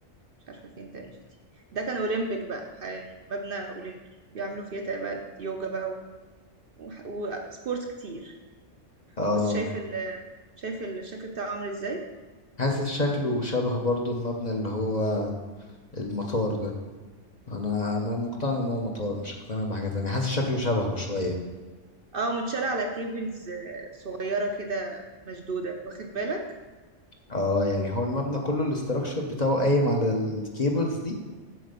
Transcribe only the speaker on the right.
مش عارفة فين تانجي دي ده كان أولمبيك بقى ح- يعني مبنى أولمبي بيعملوا فيه تقريبا يوجا بقى و... وح- وسبورتس كتير
بص شايف ال... شايف الشكل بتاعه عامل ازاي
اه متشال على كيبلز آه، صغيرة كده مشدودة واخد بالك